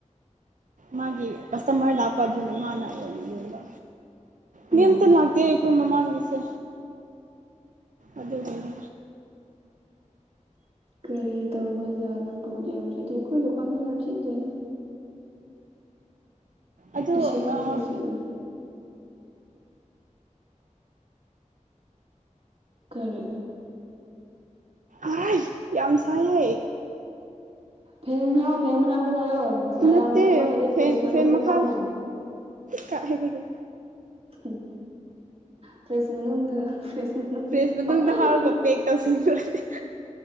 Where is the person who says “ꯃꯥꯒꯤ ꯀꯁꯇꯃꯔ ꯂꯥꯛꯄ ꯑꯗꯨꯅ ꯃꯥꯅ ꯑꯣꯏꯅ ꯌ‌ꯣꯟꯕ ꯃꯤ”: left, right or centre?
Right